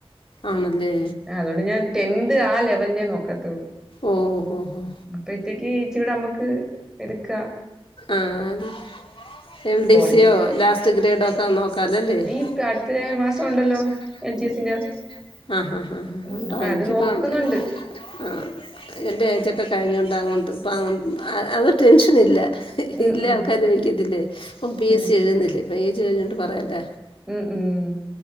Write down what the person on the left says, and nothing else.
ആണല്ലേ.
ഓ ഓ ഓ ഓ
ആഹ്. എൽ ഡി
സിയോ ലാസ്റ്റ് ഗ്രേഡോക്കെ നോ ക്കാലല്ലേ
അട്ത്തെ
മാസണ്ടല്ലോ എൽ
ജി സിന്റെ ആഹ് ഹാ ഹ.
ഉണ്ടഎനിക്കിപ്പം
ആ എൻ്റെ ഏജൊക്കെ കഴിഞ്ഞൊണ്ട് അങ്ങെട്ട്ഇപ്പം അങ്ങേ. അത് ടെൻഷനില്ല
ഇല്ല
ആൾക്കാര് ചോദിക്കത്തില്ലേ ഇപ്പം പി
എസ് സി. ഴുന്നില്ലേ ഇപ്പ ഏജ് കഴിഞ്ഞോണ്ട് പറയല്ല.